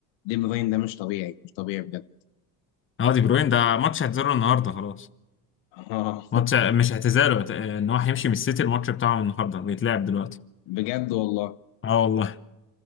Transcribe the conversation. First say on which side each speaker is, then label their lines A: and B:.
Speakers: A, on the left; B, on the left.
A: دي بروين ده مش طبيعي مش طبيعي بجد
B: اه دي بروين ده ماتش اعتزاله النهارده خلاص
A: اه <laughs>
B: ماتش مش اعتزاله اعت- ان هو هيمشي من السيتي الماتش بتاعه النهارده بيتلعب دلوقتي
A: بجد والله
B: اه والله